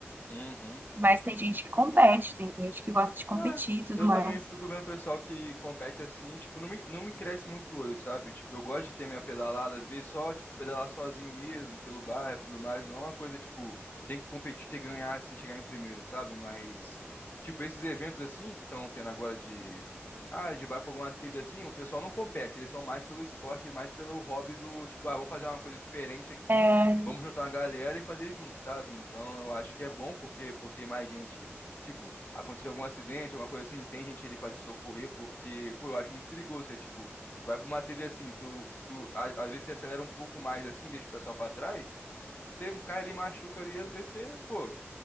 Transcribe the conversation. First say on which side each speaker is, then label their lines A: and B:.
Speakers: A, on the left (about 45°); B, on the right (about 45°).
A: Uhum.
B: Mas tem gente que compete, tem gente que gosta de competir
A: É,
B: e tudo
A: eu
B: mais.
A: também fico vendo o pessoal que compete assim, tipo, não me, não me cresce muito o olho, sabe? Tipo, eu gosto de ter minha pedalada, às vezes só, tipo, pedalar sozinho mesmo, pelo bairro e tudo mais, não é uma coisa, tipo, tem que competir, tem que ganhar, assim, chegar em primeiro, sabe? Mas, tipo, esses eventos assim que estão tendo agora de, ah, de vai pra alguma trilha assim, o pessoal não compete, eles são mais pelo esporte, mais pelo hobby do, tipo, ah, vamos fazer uma coisa diferente aqui,
B: É,
A: vamos juntar uma galera e fazer junto, sabe? Então, eu acho que é bom porque, por ter mais gente, tipo, aconteceu algum acidente, alguma coisa assim, tem gente ali pra te socorrer, porque, pô, eu acho muito perigoso. É tipo, vai pra uma trilha assim, tu, tu a- às vezes você acelera um pouco mais assim, deixa o pessoal pra trás, você cai ali, machuca ali, às vezes você, pô,